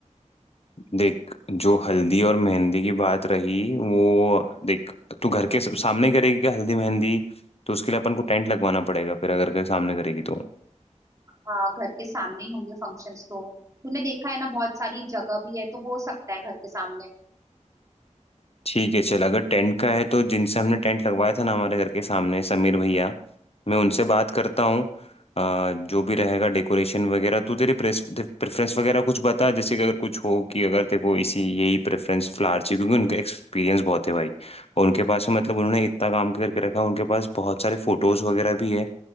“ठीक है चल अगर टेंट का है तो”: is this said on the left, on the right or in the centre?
Left